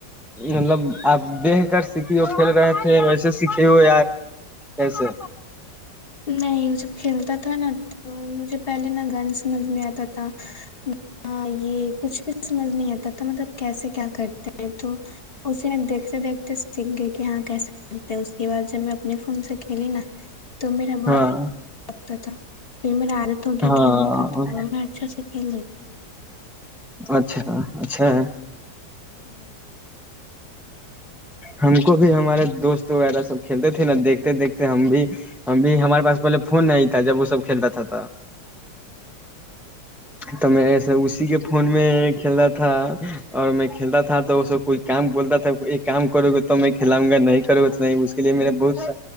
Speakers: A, in the centre; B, on the left.
A: مطلب آپ دیکھ کر سیکھی ہو کھیل رہے تھے ویسے سیکھھی ہو یار کیسے
B: نہیں وہ جب کھیلتا تھا نا تو مجھے پہلے نہ گن سمجھ میں آتا تھا نہ یہ کچھ بھی سمجھ نہیں آتا تھا مطلب کیسے کیا کرتے ہیں تو اسی میں دیکھتے دیکھتے سیکھ گئے کہ ہاں کیسے کرتے اس یہ بات جب میں اپنے فون سے کیا چل نا <unintelligible> تو میرا بہت
A: ہاں
B: لگتا تھا پھر میرا عادت ہو گیا
A: ہاں
B: کھیلنے کا میں اچھے سے کھیل لیتی ہوں
A: اچھا اچھا
B: ہوں
A: ہم کو بھی ہمارے دوست وغیرہ سب کھیلتے تھے نا دیکھتے دیکھتے ہم بھی ہم بھی ہمارے پاس پہلے فون نہیں تھا جب وہ سب کھیلتا تھا تھا تو میں اسی کے فون میں کھیلتا تھا اور میں کھیلتا تھا توب کوئی کام بولتا تھا یہ کام کرو گے تو میں کھلاؤں گا نہیں کرو گے تو نہیں اس کے لیے میرا بہت س